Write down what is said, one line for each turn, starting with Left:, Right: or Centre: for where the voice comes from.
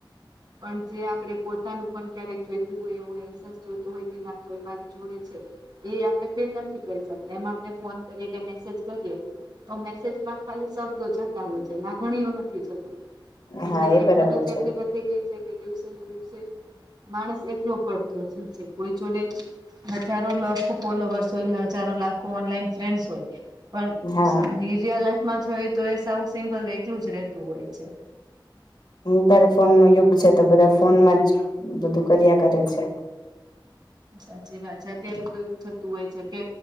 Right: પણ જે આપણે પોતાનું પણ ક્યારેક જોઈતું હોય એવો અહેસાસ જોતો હોય કે નાખ હોય મારી જોડે છે. એ આપડે ફિલ નથી કરી શકતા એમાં આપણે ફોન કરીએ કે મેસેજ કરીએ તો મેસેજમાં ખાલી શબ્દો જતા હોય છે લાગણીયું નથી જતું. એટલે
Left: હા
Right: ટેકનોલોજી
Left: એ બરાબર છે
Right: એટલી વધી વધી ગઈ છે કે દિવસે ને દિવસે માણસ એકલો પડતો થઈ છે કોઈ જોડે હજારો લાખો ફોલોવર્સ હોય હજારો લાખો ઓનલાઈન ફ્રેન્ડસ હોય. પણ
Left: હા
Right: રીયલ લાઈફમાં જોયએ તો એ સા સિંગલ એલું જ રેતું હોય છે.
Left: ઇન્ટર ફોન નું યુગ છે તો બધા ફોન માં જ બધું કર્યા કરે છે.
Right: સાચી વાત છે અત્યારે કોઈ એવું થતું હોય છે કે